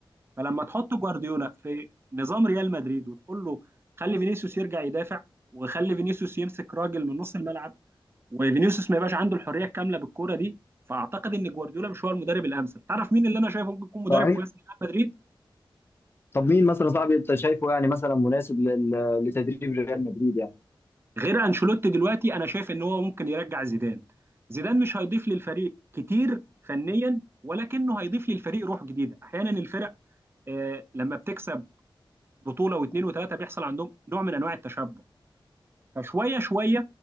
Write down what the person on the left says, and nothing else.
صحيح
طب مين مثلا صاحبي انت شايفه يعني مثلا مناسب لل- لتدريب ريال مدريد يعني